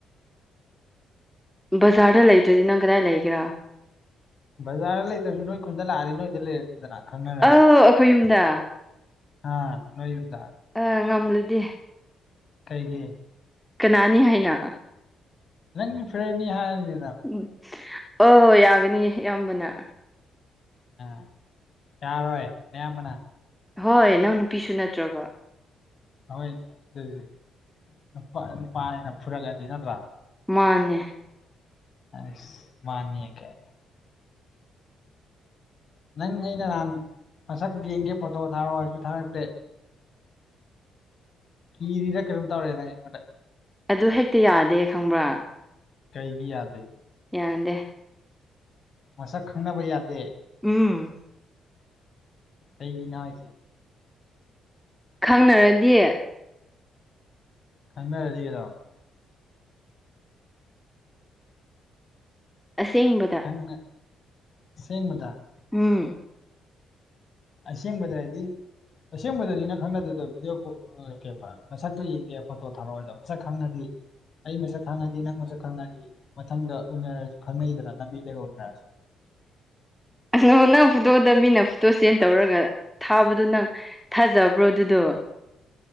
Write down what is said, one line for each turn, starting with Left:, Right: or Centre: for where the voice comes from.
Centre: ꯕꯖꯥꯔꯗ ꯂꯩꯇ꯭ꯔꯗꯤ ꯅꯪ ꯀꯗꯥꯏ ꯂꯩꯒꯦꯔꯥ
Left: ꯕꯖꯥꯔ ꯂꯩꯇ꯭ꯔꯁꯨ ꯅꯣꯏ ꯈꯨꯟꯗ ꯂꯥꯛꯅꯤ ꯅꯣꯏꯗ ꯂꯩꯔꯅꯤꯗꯅ ꯈꯪꯅꯔꯗꯤ
Centre: ꯑꯧ ꯑꯩꯈꯣꯏ ꯌꯨꯝꯗ
Left: ꯑꯥ ꯅꯣꯏꯌꯨꯝꯗ
Centre: ꯑ ꯉꯝꯂꯗꯤ
Left: ꯀꯩꯒꯤ
Centre: ꯀꯅꯥꯅꯤ ꯍꯥꯏꯅ
Left: ꯅꯪ ꯐꯔꯦꯟꯅꯤ ꯍꯥꯏꯔꯅꯤꯅ
Centre: ꯎꯝ ꯑꯣ ꯌꯥꯒꯅꯤ ꯏꯌꯥꯝꯕꯅ
Left: ꯑ ꯌꯥꯔꯣꯏ ꯅꯌꯥꯝꯕꯅ
Centre: ꯍꯣꯏ ꯅꯪ ꯅꯨꯄꯤꯁꯨ ꯅꯠꯇ꯭ꯔꯒ
Left: ꯍꯣꯏꯅꯦ ꯑꯗꯨꯗꯤ ꯅꯨꯄꯥ ꯅꯨꯄꯥꯅꯤꯅ ꯐꯨꯔꯛꯑꯗꯤ ꯅꯠꯇ꯭ꯔꯥ
Centre: ꯃꯥꯅꯦ
Left: ꯑꯁ ꯃꯥꯅꯤ ꯀꯥꯏ ꯅꯪ ꯑꯩꯅ ꯅꯍꯥꯟ ꯃꯁꯛ ꯌꯦꯡꯒꯦ ꯐꯣꯇꯣ ꯊꯥꯔꯛꯑꯣ ꯍꯥꯏꯁꯨ ꯊꯥꯔꯛꯇꯦ ꯀꯤꯔꯤꯔꯥ ꯀꯩꯅꯣꯝ ꯇꯧꯔꯦ ꯅꯪ ꯑꯩꯉꯣꯟꯗ
Centre: ꯑꯗꯨ ꯍꯦꯛꯇ ꯌꯥꯗꯦ ꯈꯪꯕ꯭ꯔꯥ
Left: ꯀꯩꯒꯤ ꯌꯥꯗꯦ
Centre: ꯌꯥꯗꯦ
Left: ꯃꯁꯛ ꯈꯪꯅꯕ ꯌꯥꯗꯦ
Centre: ꯎꯝ
Left: ꯀꯩꯒꯤꯅꯣ ꯍꯥꯏꯁꯦ
Centre: ꯈꯪꯅꯔꯗꯤ
Left: ꯈꯪꯅꯔꯗꯤ ꯀꯩꯅꯣ
Centre: ꯑꯁꯦꯡꯕꯗ
Left: ꯅꯪꯅ ꯑꯁꯦꯡꯕꯗ
Centre: ꯎꯝ
Left: ꯑꯁꯦꯡꯕꯗ ꯍꯥꯏꯗꯤ ꯑꯁꯦꯡꯕꯗꯅꯤ ꯅꯪ ꯈꯪꯅꯗꯣꯏꯗꯣ ꯚꯗꯤꯑꯣ ꯀꯣꯟ ꯎꯠꯀꯦꯕ ꯃꯁꯛꯇꯣ ꯌꯦꯡꯒꯦ ꯐꯣꯇꯣ ꯊꯥꯔꯛꯑꯣꯗꯣ ꯃꯁꯛ ꯈꯪꯉꯗꯤ ꯑꯩ ꯃꯁꯛ ꯈꯪꯉꯗꯤ ꯅꯪ ꯃꯁꯛ ꯈꯪꯉꯗꯤ ꯃꯊꯪꯗ ꯎꯅꯔꯁꯨ ꯈꯪꯅꯩꯗꯅ ꯂꯝꯕꯤꯗꯒ ꯎꯅꯔꯁꯨ
Centre: ꯑꯣ ꯅꯪ ꯐꯣꯇꯣꯗ ꯃꯤꯅ ꯐꯣꯇꯣ ꯁꯦꯟ ꯇꯧꯔꯒ ꯊꯥꯕꯗꯨ ꯅꯪ ꯊꯥꯖꯕ꯭ꯔꯣ ꯑꯗꯨꯗꯣ